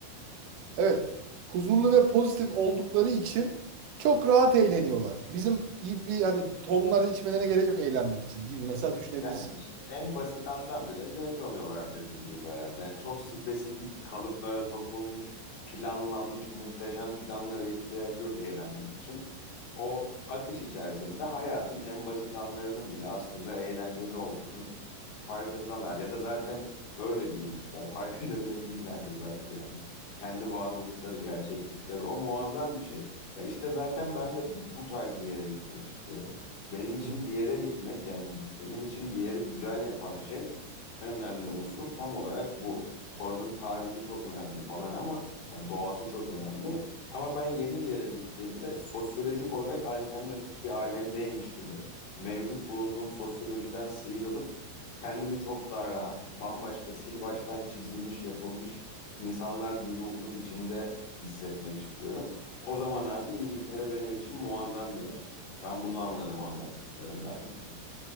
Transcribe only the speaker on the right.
Evet. Huzurlu ve pozitif oldukları için çok rahat eğleniyorlar. Bizim gibi hani tonları içmelerine gerek yok eğlenmek için gibi mesela düşünebilirsin.
Hı hı.